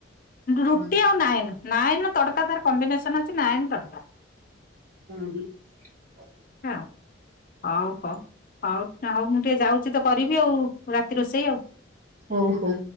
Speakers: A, on the left; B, on the right.
A: ରୁଟି
B: ହଁ
A: ଆଉ ନାଏନ୍, ନାଏନ୍ ତଡକା ତାର କମ୍ବିନେସନ୍ ଅଛି ନାଏନ୍ ତଡକା।
B: <unintelligible>
A: ହଁ। ହଉ-ହଉ-ହଉ-ହଉ ମୁଁ ଟିକେ ଯାଉଚି ତ କରିବି ଆଉ ରାତି ରୋଷେଇ ଆଉ।
B: ହଉ-ହଉ।